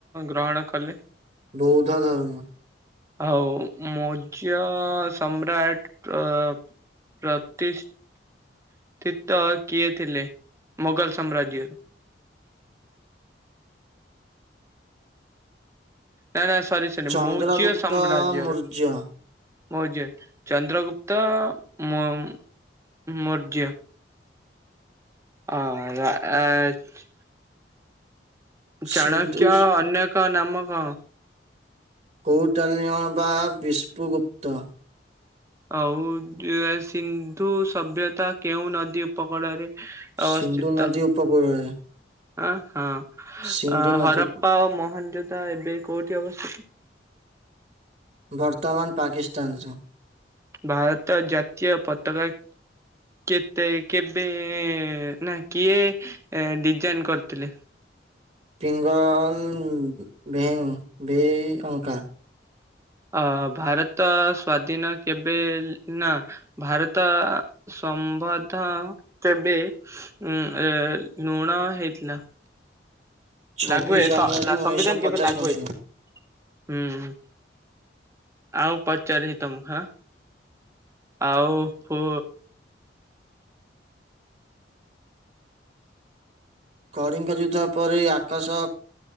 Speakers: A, on the right (about 15°); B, on the right (about 40°).
A: ଗ୍ରହଣ କଲେ?
B: ବୌଦ୍ଧ ଧର୍ମ।
A: ଆଉ ମୌଜ ସମ୍ରାଟ ତ ପ୍ରତି ଷ୍ଠିତ କିଏ ଥିଲେ ମୋଗଲ ସାମ୍ରାଜ୍ୟରୁ? ନା ନା ସରି ସରି
B: ଚନ୍ଦ୍ରଗୁପ୍ତ
A: ମୋୖଜ ସାମ୍ରାଜ୍ୟର?
B: ମୌର୍ଯ୍ୟ
A: ମୌର୍ଯ୍ୟ ଚନ୍ଦ୍ରଗୁପ୍ତ ମୋମ୍ ମୌର୍ଯ୍ୟ। ଅ ୟା ଆଜ ଚାଣକ୍ୟ
B: ସିନ୍ଧୁ
A: ଅନ୍ୟକ ନାମ କଣ?
B: କୌଟାଲ୍ୟ ବା ବିଷ୍ପୁଗୁପ୍ତ।
A: ଆଉ ସିନ୍ଧୁ ସଭ୍ୟତା କେଉଁ ନଦୀ ଉପକୂଳରେ ଅବସ୍ଥିତ
B: ସିନ୍ଧୁ ନଦୀ ଉପକୂଳରେ
A: ଆ ହଁ।
B: ସିନ୍ଧୁ
A: ଅ
B: ନଦୀ
A: ହରପ୍ପା
B: ଉପ-
A: ଓ ମହନଯୋଧା ଏବେ କୋଉଠି ଅବସ୍ତିତ?
B: ବର୍ତ୍ତମାନ ପାକିସ୍ତାନରେ।
A: ଭାରତ ଜାତୀୟ ପତାକା କେତେ କେବେ ନା କିଏ ଡିଜାଇନ୍ କରିଥିଲେ?
B: ପିଙ୍ଗଲ ବେହେଙ୍ଗ ଭି ଅଙ୍କା।
A: ଅ ଭାରତ ସ୍ଵାଧୀନ କେବେ ନା ଭାରତ ସମ୍ବଧ ତେବେ ଉ ଲୁଣ ହେଇଥିଲା?
B: ଛବିଶ
A: ଲାଗୁ ହ
B: ଜାନୁଆରୀ ଉଣେଇଶହ
A: ସମ୍ବିଧାନ
B: ପଚାଶ
A: କେବେ ଲାଗୁ
B: ମସିହା
A: ହେଇଥିଲା? ଆଉ ପଚାରିବି ତମକୁ ହାଁ ଆଉ ପୁ
B: କଳିଙ୍ଗ ଯୁଦ୍ଧ ପରେ ଆକାଶ